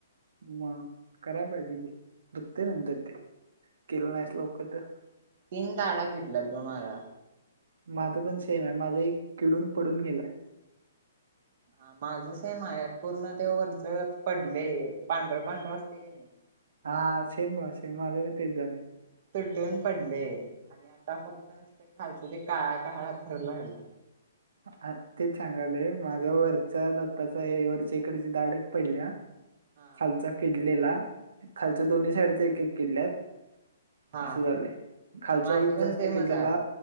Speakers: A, on the right (about 75°); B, on the right (about 40°).
A: मग कराय पाहिजे की दुखतय नंतर ते. केलं नाहीस
B: तीन
A: लवकर तर
B: दाडा किडल्यात बग माझ्या.
A: माझं पण सेम हाय. माझं एक किडून, पडून गेलाय.
B: हा माझ सेम हाय. पूर्ण ते वरच पडले पांढर, पांढर असतय कने
A: हा सेम-सेम माज पण तेच झालय.
B: उन पडले आणि आता फक्त नसते खालच ते काळा काळा थर राहिला
A: ह तेच सांगालोय माझा वरच्या दत्ताचा हे वरच्या इकडची दाड एक पडल्या
B: हा
A: खालचा किडलेला. खालचं
B: हा
A: दोन्ही साईडचं एक-एक किडल्यात.
B: हा
A: असं झालंय. खालचा
B: माझं
A: एक
B: पण
A: जास्त
B: सेमच
A: किडलेला
B: आहे